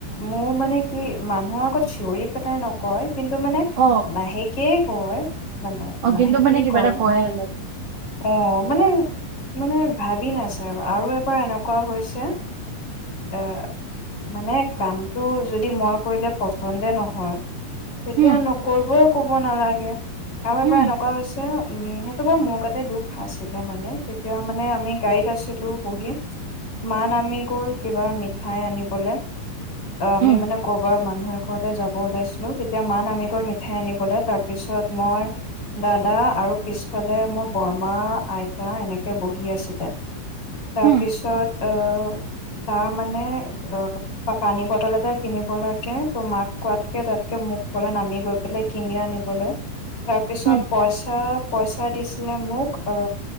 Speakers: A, on the left; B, on the right.
A: মোৰ মানে কি মানুহৰ আগত চিঞৰি পেলাই নকয় কিন্তু মানে
B: অ
A: লাহেকেই কয় মানে
B: অ
A: লাহেকেই
B: কিন্তু মানে কিবা
A: কয়
B: এটা আৰু
A: অ মানে মানে ভাবি নাচাই আৰু আ পৰা এনেকুৱা হৈছে এ মানে কামটো যদি মই কৰিলে পচন্দে নহয় তেতিয়া
B: উম
A: নকৰিবই কব নালাগে আৰু এবাৰ
B: উম
A: এনেকুৱা হৈছে উম সেতু বাউ মোৰ গাতে দুখ আছিলে মানে তেতিয়া মানে আমি গাড়ীত আছিলো বহি মা নামি গ'ল কিবা মিঠাই আনিবলে আ আমি
B: উম
A: মানে কৰ'বাৰ মানুহৰ এঘৰলে যাব ওলাইছিলো তেতিয়া মা নামি গৈ মিঠাই আনিবলে তাৰ পিছত মই দাদা আৰু পিছফালে মোৰ বৰমা আইতা এনেকে বহি আছিলে
B: উম
A: পিছত আহ তাৰ মানে আহ বা পানী বটল এটা কিনিবলৈকে তোৰ মাক কোৱাতকে তাতকে মোক কলে নামি গৈ পেলাই কিনি আনিবলে তাৰপিছত
B: উম
A: পইচা পইচা দিছিলে মোক অ